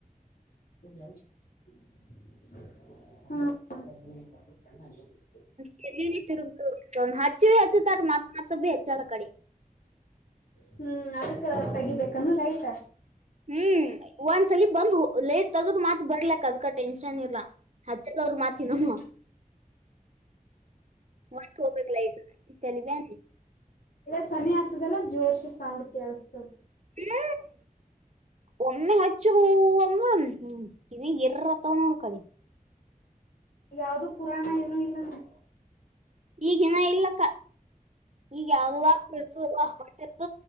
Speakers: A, on the left; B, on the right.
A: ಹ
B: ತಿರುಗ ಹಚ್ಚಿ ಹಚ್ಚತಾರ ಮತ್ ಮತ್ ಭ ಹೆಚ್ಚಲ್ಲ ಕಡೆ
A: ಹ್ಮ್ ಅದಕ್ ತಗಿಬೇಕಾನ ಲೈಟ್
B: ಹ್ಮ್ ಒಂದ್ಸಲಿ ಬಂದ್ ಲೇಟ್ ತಗದು ಮಾತ್ ಬರ್ಲಕ್ ಅದ್ ಕಟ್ಟ ಟೆನ್ಷನ್ ಇರ್ಲ್ಲ ಹಚ್ಚಲ್ಲ ಅವರು ಮಾತಿನಮ್ಮ
A: ಹ್ಮ್
B: ಮತ್ತ ಹೋಗ್ಬೇಕ ತೆಲಿಬ್ಯಾನಿ
A: ಇಲ್ಲ ಸನಿ ಆಗ್ತದಲ್ಲ ಜೋರ್ಶಿ ಸೌಂಡ್ ಕೇಳಸ್ತದೆ
B: ಹ್ಮ ಒಮ್ಮೆ ಹಚ್ಚರು ಅಂದ್ರ ಹ್ಮ ಕಿವಿ ಗಿರ ನೋಡ್ಕಳಿ
A: ಯಾವ್ದು ಪುರಾಣ ಏನು ಇಲ್ಲದೆ
B: ಈಗಿನ ಇಲ್ಲಕ್ಕ ಈಗ ಯಾವ್ದತಿರ್ತ ಹೊತಿರ್ತ